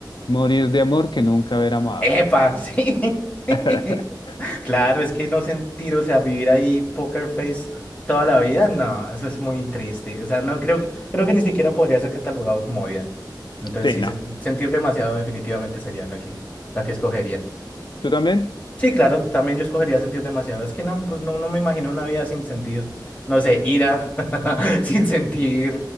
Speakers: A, on the left (about 70°); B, on the left (about 20°).
A: morir de amor que nunca haber amado.
B: ¡Epa! Sí. <laughs>
A: <laughs>
B: Claro, es que no sentir, o sea, vivir ahí poker face toda la vida, no, eso es muy triste. O sea, no creo, creo que ni siquiera podría ser catalogado como vida. Entonces,
A: Sí,
B: sí,
A: no.
B: se- sentir demasiado definitivamente sería la que, la que escogería.
A: ¿Tú también?
B: Sí, claro, también yo escogería sentir demasiado. Es que no, pues no, no me imagino una vida sin sentir, no sé, ira, <laughs> sin sentir,